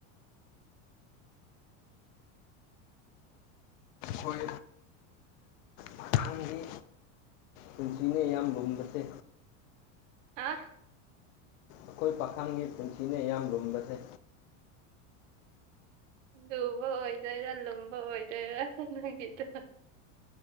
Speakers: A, on the left (about 80°); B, on the right (about 75°).
A: ꯍꯣꯏ ꯃꯊꯪꯒꯤ ꯄꯨꯟꯁꯤꯅꯦ ꯌꯥꯝ ꯂꯨꯝꯕꯁꯦ
B: ꯑꯥ
A: ꯑꯈꯣꯏ ꯄꯥꯈꯪꯒꯤ ꯄꯨꯟꯁꯤꯅꯦ ꯌꯥꯝ ꯂꯨꯝꯕꯁꯦ
B: ꯂꯨꯕ ꯑꯣꯏꯗꯣꯏꯔꯥ ꯂꯨꯝꯕ ꯑꯣꯏꯗꯣꯏꯔꯥ ꯅꯪꯒꯤꯗꯣ